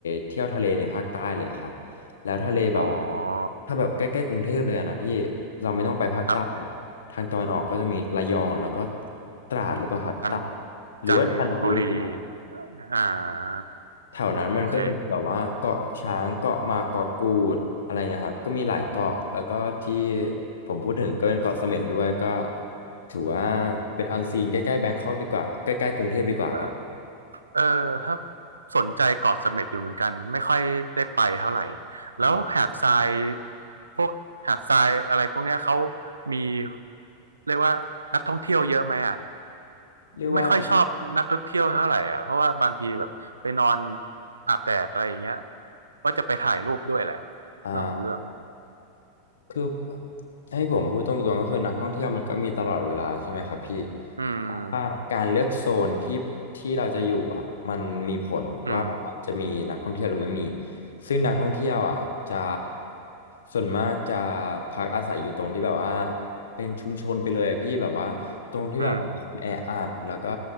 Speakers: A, on the left; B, on the right.
A: เที่ยวทะเลในภาคใต้เลยอะครับแล้วทะเลแบบว่า
B: อ๋อ
A: ถ้าแบบใกล้ๆกรุงเทพเลยอะนะพี่เราไม่ต้องไปภาคใต้อะทางตะวันออกก็จะมีระยองแล้วก็
B: ครับ
A: ตราดหรือเปล่าครับตราดหรือว่าจันทบุรีอะ
B: จันจันทบุรีอ่า
A: แถวนั้นมันก็จะมีแบบว่าเกาะช้างเกาะมาเกาะกูดอะไรเงี้ยครับก็มีหลายเกาะแล้วก็ที่
B: โอเค
A: ผมพูดถึงก็เป็นเกาะเสม็ดด้วยก็ถือว่าเป็นอันซีนใกล้ๆแบงคอกดีกว่าใกล้ๆกรุงเทพดีกว่าครับ
B: เออเออถ้าสนใจเกาะเสม็ดอยู่เหมือนกันไม่ค่อยได้ไปเท่าไหร่แล้วหาดทราย
A: อืม
B: พวกหาดทรายอะไรพวกเนี้ยเขามีเรียกว่านักท่องเที่ยวเยอะไหมอ่ะ
A: เรียกว่า
B: ไม่ค่อยชอบนักท่องเที่ยวเท่าไหร่อ่ะเพราะว่าบางทีแบบไปนอนอาบแดดอะไรอย่างเงี้ยว่าจะไปถ่ายรูปด้วยแหละ
A: อ่า
B: เรื่องของเรื่อง
A: คือให้ผมพูดตรงๆก็คือนักท่องเที่ยวมันก็มีตลอดเวลาใช่ไหมครับพี่
B: อืม
A: เพราะว่าการเลือกโซนที่ที่เราจะอยู่อ่ะมันมีผลว่าแบบว่าจะมีนักท่องเที่ยวหรือไม่มี
B: อืม
A: ซึ่งนักท่องเที่ยวอ่ะจะส่วนมากจะพักอาศัยอยู่ตรงที่แบบว่าเป็นชุมชนไปเลยอะพี่แบบว่าตรงที่แบบคนแออัดแล้วก็
B: อืม